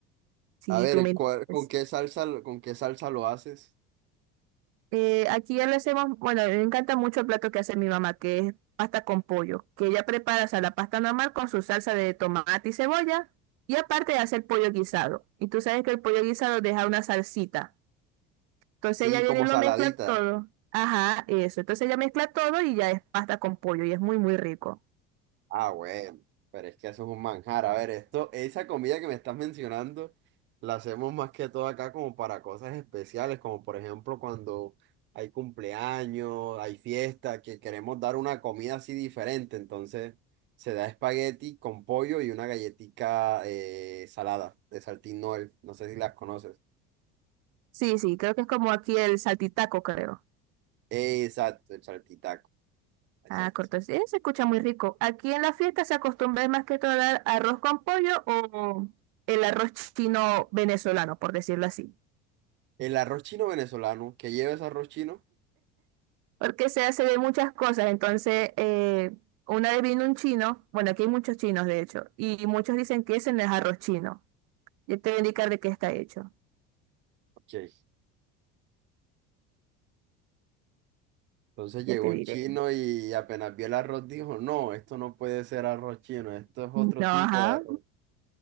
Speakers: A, on the right; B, on the right.
A: si
B: A ver,
A: tú me entiendes.
B: ¿cuál- con qué salsa, lo- con qué salsa lo haces?
A: Eh, aquí ya lo hacemos, bueno, me encanta mucho el plato que hace mi mamá, que es pasta con pollo, que ella prepara, o sea, la pasta normal con su salsa de tomate y cebolla, y aparte hace el pollo guisado. Y tú sabes que el pollo guisado deja una salsita. Entonces
B: Sí,
A: ella viene
B: como
A: y lo
B: saladita.
A: mezcla todo. Ajá, eso. Entonces ella mezcla todo y ya es pasta con pollo y es muy, muy rico.
B: Ah, bueno, pero es que eso es un manjar. A ver, esto, esa comida que me estás mencionando, la hacemos más que todo acá como para cosas especiales, como por ejemplo cuando hay cumpleaños, hay fiesta, que queremos dar una comida así diferente. Entonces se da espagueti con pollo y una galletica eh, salada de Saltín Noel. No sé si las conoces.
A: Sí, sí, creo que es como aquí el saltitaco, creo.
B: Exacto, el saltitaco, exacto.
A: Ah, corto. Sí, se escucha muy rico. Aquí en la fiesta se acostumbra más que todo a dar arroz con pollo o el arroz chino venezolano, por decirlo así.
B: El arroz chino venezolano, que lleva ese arroz chino?
A: Porque se hace de muchas cosas. Entonces, eh, una vez vino un chino, bueno, aquí hay muchos chinos de hecho, y muchos dicen que ese no es arroz chino. Yo te voy a indicar de qué está hecho.
B: Ok. Entonces llegó
A: Ya te diré.
B: un chino y apenas vio el arroz dijo, no, esto no puede ser arroz chino, esto es otro
A: No,
B: tipo
A: ajá.
B: de arroz.